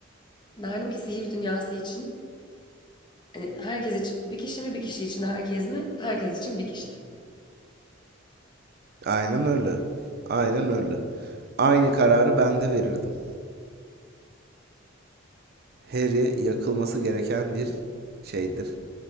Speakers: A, on the left; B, on the right.
A: derdim ki sihir dünyası için Hani herkes için bir kişi mi, bir kişi için herkes mi? Herkes için bir kişi.
B: Aynen öyle. Aynen öyle. Aynı kararı ben de verirdim. Harry yakılması gereken bir şeydir.